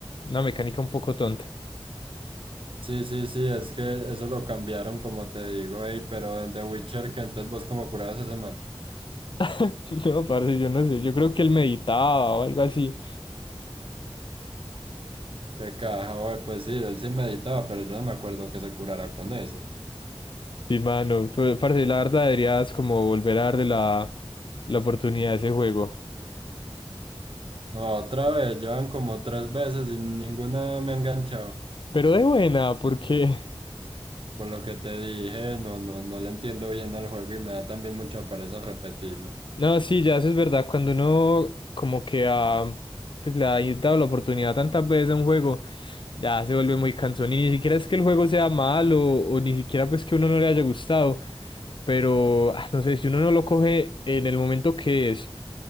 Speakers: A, on the left; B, on the right.
A: una mecánica un poco tonta.
B: Sí, sí, sí, es que eso lo cambiaron, como te digo, ey, pero en The Witcher, que entonces vos como curabas a ese man.
A: <laughs> No, parce, yo no sé, yo creo que él meditaba o algo así.
B: Qué caja, güey, pues sí, él sí meditaba, pero yo no me acuerdo que se curara con eso.
A: Sí, mano, pues, parce, la verdad deberías como volver a darle la, la oportunidad a ese juego.
B: Otra vez, llevan como tres veces y ninguna me ha enganchado.
A: Pero de buena, porque...
B: Por lo que te dije, no, no, no le entiendo bien al juego y me da también mucha pereza repetirlo.
A: No, sí, ya eso es verdad. Cuando uno como que ha, pues, le ha dado la oportunidad tantas veces a un juego, ya se vuelve muy cansón. Y ni siquiera es que el juego sea malo o ni siquiera pues que a uno no le haya gustado. Pero, ah, no sé, si uno no lo coge en el momento que es,